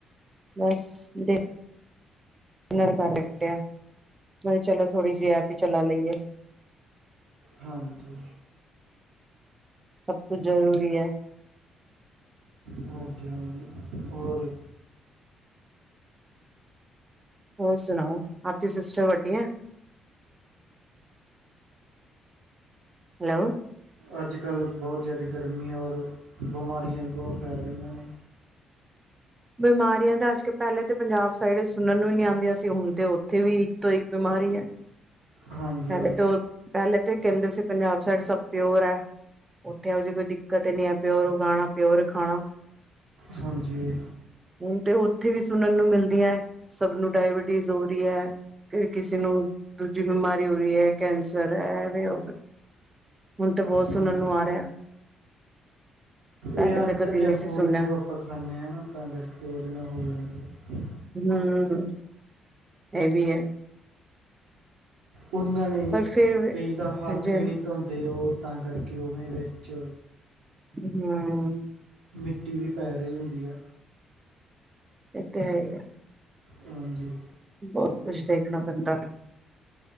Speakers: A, on the right; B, on the right.
A: ਬਸ ਦੇਖ ਨਰ ਘਰ ਰੱਖਿਆ ਮੈਂ ਕਿਹਾ ਚਲੋ ਥੋੜ੍ਹੀ ਜਿਹੀ ਐਪ ਹੀ ਚਲਾ ਲਈਏ।
B: ਹਾਂਜੀ
A: ਸਭ ਕੁਛ ਜ਼ਰੂਰੀ ਹੈ।
B: ਹਾਂਜੀ- ਹਾਂਜੀ ਹੋਰ
A: ਹੋਰ ਸੁਣਾਓ ਆਪਦੀ ਸਿਸਟਰ ਵੱਡੀ ਆ। ਹੈਲੋ
B: ਅੱਜ ਕੱਲ੍ਹ ਬਹੁਤ ਜ਼ਿਆਦਾ ਗਰਮੀ ਔਰ ਬਿਮਾਰੀਆਂ ਵੀ ਬਹੁਤ ਫੈਲ ਰਹੀਆਂ ਨੇ।
A: ਬਿਮਾਰੀਆਂ ਦਾ ਅੱਜ ਕਲ ਪਹਿਲੇ ਤਾਂ ਪੰਜਾਬ ਸਾਈਡ ਸੁਣਨ ਨੂੰ ਨੀ ਆਉਂਦੀਆਂ ਸੀ ਹੁਣ ਤੇ ਉੱਥੇ ਵੀ ਇੱਕ ਤੋਂ ਇੱਕ ਬਿਮਾਰੀ ਹੈ।
B: ਹਾਂਜੀ
A: ਪਹਿਲੇ
B: ਹਾਂਜੀ
A: ਤੇ ਉਹ ਪਹਿਲੇ ਤਾਂ ਕਹਿੰਦੇ ਸੀ ਪੰਜਾਬ ਸਾਈਡ ਸਭ ਪਿਓਰ ਹੈ। ਉੱਥੇ ਇਹੋ ਜਿਹੀ ਕੋਈ ਦਿੱਕਤ ਨਹੀਂ ਹੈ ਪਿਓਰ ਉਗਾਉਣਾ ਪਿਓਰ ਖਾਣਾ
B: ਹਾਂਜੀ।
A: ਹੁਣ ਤੇ ਉੱਥੇ ਵੀ ਸੁਣਨ ਨੂੰ ਮਿਲਦੀਆਂ, ਸਭ ਨੂੰ ਡਾਇਬਿਟੀਜ਼ ਹੋ ਰਹੀ ਹੈ। ਫਿਰ ਕਿਸੇ ਨੂੰ ਦੂਜੀ ਬਿਮਾਰੀ ਕੈਂਸਰ ਐ ਵੈ ਹੁਣ ਤਾਂ ਬਹੁਤ ਸੁਣਨ
B: ਹਾਂਜੀ
A: ਨੂੰ ਆ ਰਿਹਾ <unintelligible> ਪਹਿਲੇ
B: ਇਹ ਅੰਟਕ
A: ਤਾਂ ਕਦੇ ਨਹੀਂ ਸੀ
B: ਫੂਡ
A: ਸੁਣਿਆ
B: ਜੋ ਆਪਾਂ ਖਾਂਦੇ ਹਾਂ ਨਾ ਤਾਂ ਕਰਕੇ ਉਹਦੇ ਨਾਲ ਹੋ ਜਾਂਦੇ ਆ
A: ਹਮ ਇਹ ਵੀ ਹੈ।
B: ਉਹਨਾਂ ਨੇ,
A: ਪਰ ਫਿਰ
B: ਕਈ ਤਾਂ ਹੱਥ
A: ਹਾਂਜੀ
B: ਵੀ ਨਹੀਂ ਧੋਂਦੇ ਉਹ ਤਾਂ ਕਰਕੇ ਉਵੇਂ ਵਿੱਚ
A: ਹਮ
B: ਮਿੱਟੀ ਵੀ ਪੈ ਰਹੀ ਹੁੰਦੀ ਆ!
A: ਇਹ ਤੇ ਹੈ ਹੀ ਆ
B: ਹਾਂਜੀ।
A: ਬਹੁਤ ਕੁਛ ਦੇਖਣਾ ਪੈਂਦਾ।